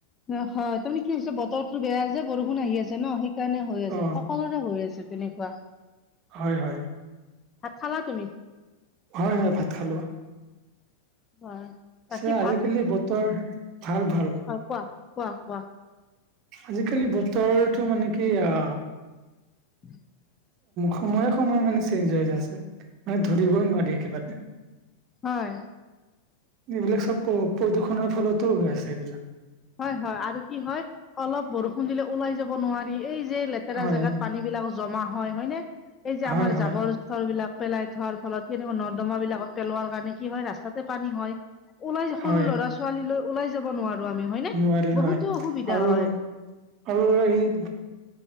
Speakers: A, on the left; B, on the right.
A: ন হয় তাৰমানে কি হৈছে বতৰটো বেয়া যে বৰষুণ আহি আছে ন। সেই সেইকাৰণে হৈ আছে।
B: অ
A: সকলোৰে হৈ আছে তেনেকুৱা।
B: হয়, হয়।
A: ভাত খালা তুমি?
B: হয়, হয় ভাত খালো।
A: হয়।
B: পিছে
A: বাকী
B: আজি-কালি বতৰ ভাল ভাল।
A: অ কোৱা, কোৱা, কোৱা।
B: আজি-কালি বতৰটো মানে কি আ
A: <inaudible>
B: সময়ে সময়ে মানে চেঞ্জ হৈ যায় আছে মানে ধৰিবই নোৱাৰি কিবা এটা।
A: হয়।
B: এইবিলাক চব প্ৰদূষণৰ ফলতো হৈ আছে এইবিলাক।
A: হয়, হয়, আৰু কি হয় অলপ বৰষুণ দিলে ওলাই যাব নোৱাৰি। এই যে লে- লেতেৰা
B: হয়
A: জেগাত পানী বিলাক জমা হয়, হয়নে? এই যে
B: হয়
A: আমাৰ
B: হয়
A: জাবৰ থলবিলাক পেলাই থোৱাৰ ফলত কেনিও নৰ্দমাবিলাকত পেলোৱাৰ কাৰণে কি হয় ৰাস্তাতে পানী হয়। ওলাই সৰু
B: হয়
A: ল'ৰা-ছোৱালী লৈ ওলাই যাব নোৱাৰো আমি, হয়নে?
B: নোৱাৰি
A: বহুতো
B: হয়
A: অসুবিধা
B: আৰু
A: হয়।
B: <unintelligible>